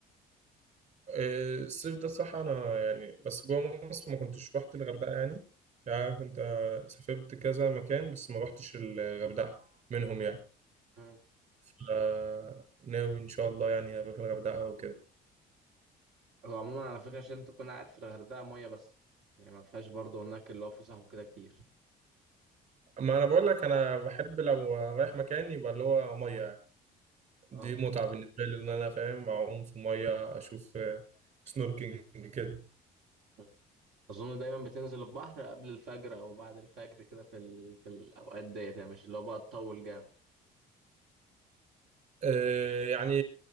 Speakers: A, on the right; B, on the right.
A: إيه، الصيف ده الصراحة أنا يعني بس جوه مصر ما كنتش رحت الغردقة يعني يعني كنت آه، سافرت كذا مكان بس ما رحتش الغردقة منهم يعني
B: ده؟
A: فناوي إن شاء الله يعني أروح الغردقة وكده
B: هو عموما على فكرة عشان تكون عارف الغردقة مية بس يعني ما فيهاش برضه هناك اللي هو فسح وكده كتير
A: ما أنا بقول لك أنا بحب لو رايح مكان يبقى اللي هو مية دي
B: اه
A: متعة بالنسبة لي إن أنا فاهم أعوم في المية أشوف آه، سنوركينج كده
B: اه أظن دايما بتنزل البحر قبل الفجر أو بعد الفجر كده في ال... في الأوقات ديت يعني مش اللي هو بقى تطول جامد
A: آه، يعني